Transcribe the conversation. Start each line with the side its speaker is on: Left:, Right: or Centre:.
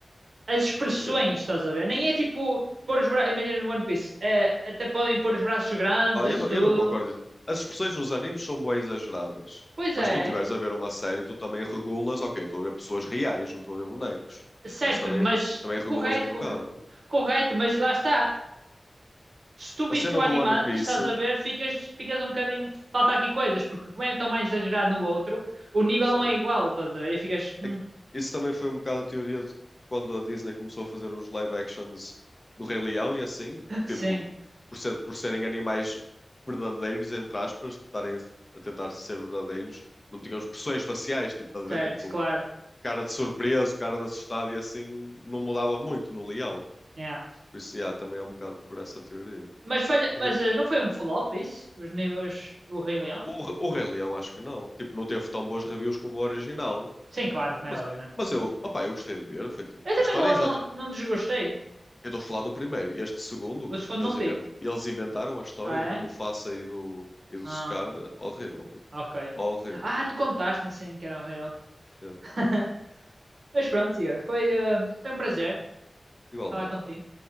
Right: as expressões,
Left: o quê?
Right: estás a ver? Nem é tipo pôr os braços. Imagina no One Piece, é, até podem pôr os braços grandes,
Left: Ah, eu
Right: isso
Left: não,
Right: tudo.
Left: eu não concordo. As expressões nos animes são bué exageradas.
Right: Pois
Left: Mas
Right: é,
Left: se tu estiveres a ver uma série, tu também regulas, ok, estou a ver pessoas reais, não estou a ver bonecos.
Right: certo,
Left: Por isso também,
Right: mas
Left: também regulas
Right: correto,
Left: um
Right: corre-
Left: bocado.
Right: correto, mas lá está. se tu
Left: A
Right: viste
Left: cena
Right: o
Left: do
Right: anime
Left: One Piece,
Right: estás a ver, ficas, ficas um bocadinho. Falta aqui coisas, porque como é tão mais exagerado no outro, o nível
Left: sim.
Right: não é igual, estás a ver? E ficas, "Hum,
Left: É que isso também foi um bocado a teoria de quando a Disney começou a fazer os live actions do Rei Leão e assim,
Right: <laughs> sim,
Left: tipo, por ser- por serem animais verdadeiros, entre aspas, estarem a tentar ser verdadeiros, não tinham expressões faciais, tipo, estás a
Right: certo,
Left: ver? Tipo,
Right: claro.
Left: cara de surpreso, cara de assustado e assim, não mudava muito no Leão.
Right: yeah."
Left: Por isso, yeah, também é um bocado por essa teoria.
Right: Mas, falha,
Left: Mas
Right: mas
Left: eh,
Right: eh, não foi um flop isso? Os níveis, o Rei Leão?
Left: o, o Rei Leão acho que não, tipo, não teve tão bons reviews como o original.
Right: Sim, claro, como
Left: Mas,
Right: é óbvio, né?
Left: mas eu, opá, eu gostei de ver, foi tipo,
Right: Eu também
Left: a história
Right: não,
Left: é exata,
Right: não, não desgostei.
Left: Eu estou a falar do primeiro. Este segundo,
Right: O segundo
Left: eles,
Right: não
Left: invent-
Right: vi.
Left: eles inventaram a história
Right: Ah, é?
Left: do Mufasa e do, e do
Right: Ah,
Left: Scar. Horrível. bro.
Right: ok.
Left: Horrível.
Right: Ah, tu contaste-me sim que era o Rei Leão.
Left: É.
Right: <laughs> Mas pronto, Igor, foi, eh, foi um prazer
Left: Igualmente,
Right: falar contigo.
Left: pá.